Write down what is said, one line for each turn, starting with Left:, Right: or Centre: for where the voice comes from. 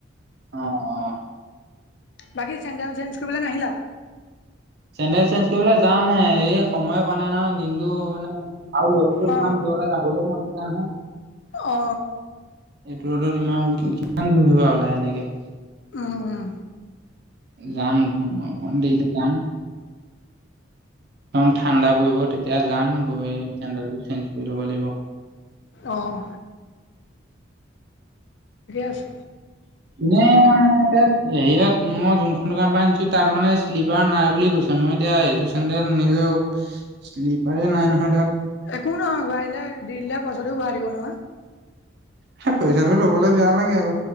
Right: অ অ
Left: বাকী চেণ্ডেল চেঞ্জ কৰিবলে নাহিলা
Right: চেডেল চেঞ্জ কৰিবলৈ যাম হে এই সময় নাই নহয় দিনটো মানে আৰু লগক
Left: অ
Right: ইমান দূৰলৈ গাবলৈ মন নযায় নহয়
Left: অ
Right: এইটো ৰডত ইমান কিমান বুজা ওলায় এনেকে
Left: আহ আহ
Right: যাম যাম দেক যাম একম ঠাণ্ডা পৰিব তেতিয়া যাম গৈ চেডেলটো চেঞ্জ কৰি ল'ব লাগিব
Left: আহ আছে
Right: ন হেৰিয়ত মই যোনখন দোকান পৰা আনিছো তাত মানে শ্লিপাৰ নাই বুলি কৈছে মই এতিয়া এইযোৰ চেন্দেল নিলেও শ্লিপাৰে নাই নহয় তাত।
Left: একো নহয় ঘূৰাই দিলে দি দিলে পাছত ঘোৰাই দিব নহয়।
Right: সে ইচাটো ল'বলে বেয়া লাগে আৰু।